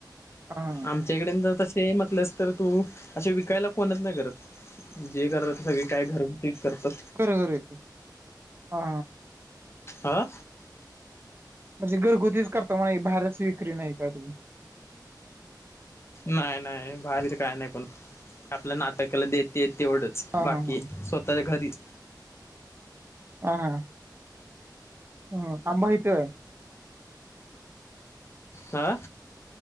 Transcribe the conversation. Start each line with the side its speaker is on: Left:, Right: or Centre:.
Right: हा हा
Left: आमच्याकडे ज त ते म्हटलंस तर तू असे विकायला कोणत नाही करत जे करतात सगळी काय घर तेच करतात
Right: खरं खरं येत हा.
Left: आा
Right: म्हणजे घरगुतीच करता मा बाहेरच विक्री नाही का तुम्ही
Left: नाही नाही बाहेरी काय नाही कोण आपल्या नात केला देत ते तेवढंच
Right: हा
Left: बाकी
Right: हा हा
Left: स्वतःच्या घरीच
Right: ह हा ह अंबा हेत आहे
Left: आा